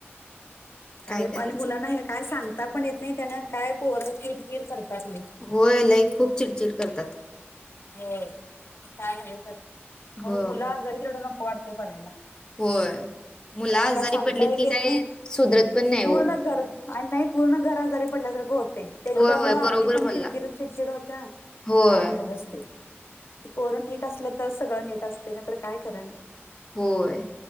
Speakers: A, on the left; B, on the left.
A: काय
B: का
A: करायचं
B: आणि मुलांना हे काय सांगता पण येत नाही, त्यान काय पोर किरकिर- करतात लई
A: होय लय खूप चिडचिड करतात.
B: होय, काय न्हवच झालं, म्हणून
A: हो
B: मुलं आजारी तेवढं नको वाटते पडायला.
A: होय मुलं
B: त्यांना
A: आजारी
B: काय सांगता
A: पडलीत
B: एक
A: की,
B: येत
A: काय
B: नाही
A: सुधरत पण नाही
B: पूर्ण
A: हो.
B: घर आणि नाही पूर्ण घरा आजारी पडल्यासारखं होत- त्यांच्यामुळे
A: होय होय
B: आपली
A: बरोबर
B: पण
A: बोलला
B: किरकिर, चिडचीड होत्या
A: होय
B: काय न्हवच पोरं नीट असलं तर सगळं नीट असतय, नाहीतर काय खरं नाही.
A: होय.